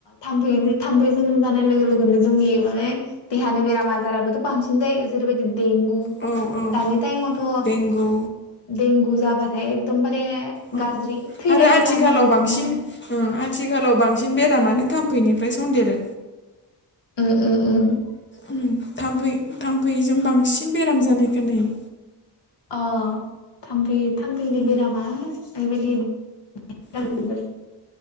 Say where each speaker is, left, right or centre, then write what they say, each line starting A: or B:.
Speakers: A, on the left; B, on the left.
A: थाम्फै थाम्फै जोनोम जानाय लोगो लोगोनो जोंनि माने देहानि बेराम आजाराबोथ' बांसिन जायो जेरैबादि देंगु
B: औ औ
A: दानि टाइमावथ'
B: देंगु
A: देंगु जाबाथाय एकदमबारे
B: औ
A: गाज्रि थैनायनि
B: आरो आथिखालाव
A: लामायाव
B: बांसिन
A: थाङो आरो।
B: ओं आथिखालाव बांसिन बेरामानो थाम्फैनिफ्राय सन्देरो।
A: उम्म उम्म उम्म।
B: उम्म थाम्फै थाम्फैजों बांसिन बेराम जानाय खोनायो।
A: अह थाम्फै थाम्फैनि
B: उम
A: बेरामा ओरैबादि <unintelligible>
B: उम